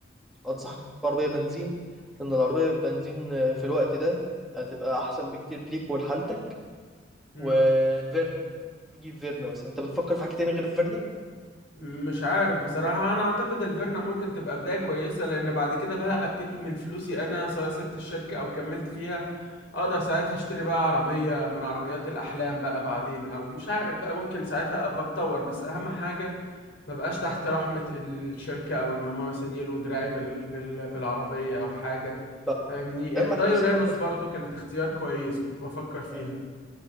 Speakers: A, in the centre; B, on the left.
A: انصحك تجيب عربية بنزين لان العربية بنزين آه، في الوقت ده هتبقى احسن بكتير ليك ولحالتك
B: امم
A: وفيرنا جيب فيرنا مثلا انت بتفكر في حاجه تاني غير فيرنا
B: مش عارف بصراحة أنا أعتقد الفيرنا ممكن تبقى بداية كويسة لأن بعد كده بقى أبتدي من فلوسي أنا سواء سبت الشركة أو كملت فيها أقدر ساعتها أشتري بقى عربية من عربيات الأحلام بقى بعدين أو مش عارف بقى ممكن ساعتها أبقى أتطور بس أهم حاجة ما بقاش تحت رحمة الشركة أو إن هما مثلا يلوا دراعي بال... بال... بالعربية أو حاجة
A: لا
B: فاهمني
A: يا
B: الدايولانوس
A: اما حاجه بس تفكر في
B: برضو كانت اختيار كويس كنت بفكر فيها
A: آه،